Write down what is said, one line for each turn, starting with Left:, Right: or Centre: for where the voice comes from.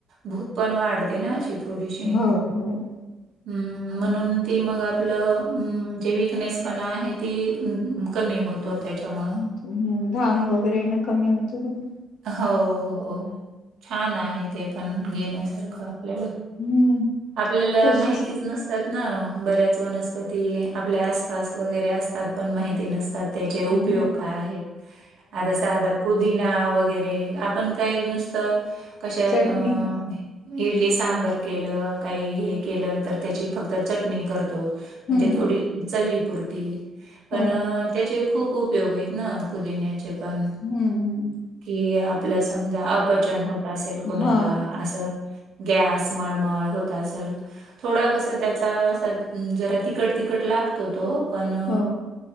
Right: भूकं पणं वाढते नां अशी थोडीशी
Left: हो हो
Right: हम्मं म्हणून ती मंग आपलं जे विकनेस पणं आहे ती कमी होतों त्यांच्या मुळं
Left: हम्मं घांम वगैरें येणं कमी होतं तेच्यानं
Right: हो हो छान आहे ते पणं घेण्यांसारख आपल्यांला
Left: हम्म
Right: आपल्यांला
Left: तशीच
Right: माहितीचं नसतं त्यांत नां बऱ्यांच वनस्पंती आपल्या आसपास वगैरें असतांत पणं माहिती नसतांत त्यांचें उपयोग
Left: हो
Right: कायं आहेतं आता सांधा पुदिना वगैरें वगैरें आपणं कांहीं नुस्तं कश इडली
Left: चटणी
Right: सांबर केलं कांहीं हे केलं तरं त्यांची फक्तं चटणी करतों म्हणजे
Left: हम्म
Right: तेवढी चवीपुरती पणं
Left: हो
Right: त्यांचे खूंप उपयोग आहेतं नां पुदिन्यांचे पणं
Left: हम्मं हम्मं
Right: कि आपलं समजां अपचन होतं असेल कुणांला
Left: हा
Right: असं गॅस मळमळ होतं असेल थोडां कसां त्यांचा असां जरा तिखंट तिखंट लागतो तो पणं
Left: हो